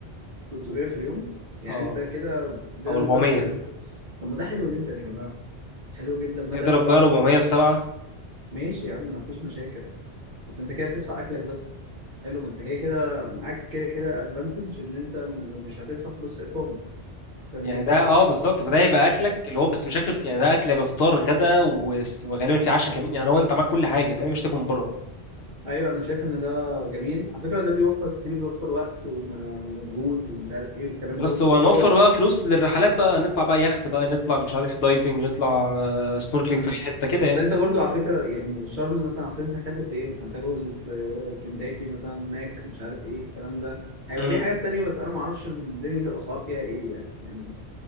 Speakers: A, on the right; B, on the left.
A: 300 في اليوم يعني
B: اه
A: انت كده ده
B: او
A: ال-
B: 400
A: بس ال... طب ما ده حلو جدا يا جماعة حلو جدا بدل
B: اضرب
A: بقى
B: بقى 400
A: ش-
B: في 7
A: ماشي يا عم مفيش مشاكل بس انت كده بتدفع اكلك بس حلو ما انت كده كده معاك كده كده ادفانتج ان انت م- مش هتدفع فلوس في اقامة فان
B: يعني
A: انت
B: ده اه بالظبط فده يبقى اكلك اللي هو بس مش اكل فطير، يعني ده اكل هيبقى فطار غدا و- وغالبا في عشاء كمان يعني هو انت معاك كل حاجه فاهم مش تاكل من بره
A: ايوه انا شايف ان ده جميل على فكره ده بيوفر كتير بيوفر وقت وم- ومجهود ومش عارف ايه والكلام
B: بس
A: ده وبتبقى
B: هو
A: خلاص
B: نوفر بقى فلوس للرحلات بقى نطلع بقى يخت بقى نطلع مش عارف دايفنج نطلع سنوركلينج
A: امم
B: في اي حته كده
A: اصل انت برضو على فكره يعني شرم مثلا اصل انت هتاكل بايه مثلا هتاكل في كنتاكي مثلا ماك مش عارف ايه الكلام ده هيبقى
B: يعني
A: في حاجات تانية بس انا ما اعرفش دنيا الاسعار فيها ايه يعني يعني